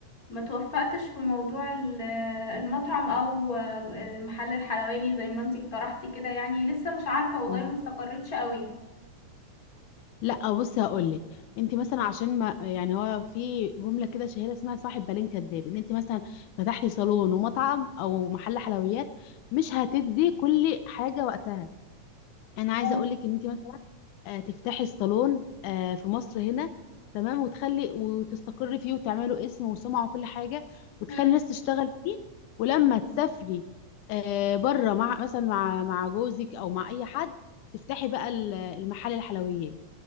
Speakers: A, on the left (about 30°); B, on the left (about 80°).
A: ما توفقتش في موضوع ال- آه، المطعم او آه، آه، محل الحلواني زي ما انتي اقترحتي كده يعني لسه مش عارفة والله
B: مم.
A: ما استقريتش قوي
B: لا بصي هقول لك انت مثلا عشان ما يعني هو في جمله كده شهيره اسمها صاحب بالين كداب ان انت مثلا فتحتي صالون ومطعم او محل حلويات مش هتدي كل حاجه وقتها انا عايزه
A: أيوة.
B: اقول لك ان انت مثلا آه، تفتحي الصالون آه، في مصر هنا تمام وتخلي وتستقري فيه وتعملوا اسم وسمعة وكل حاجة وتخلي
A: مم.
B: الناس تشتغل فيه ولما تسافري آه، بره مع مثلا مع مع جوزك او مع اي حد تفتحي بقى ال- المحل الحلويات